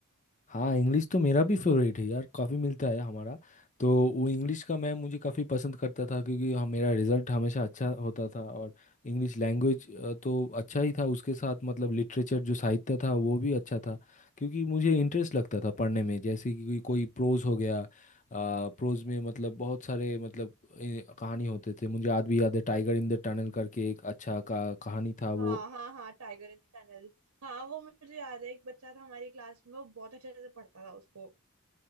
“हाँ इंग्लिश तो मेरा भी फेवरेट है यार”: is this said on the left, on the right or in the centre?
Left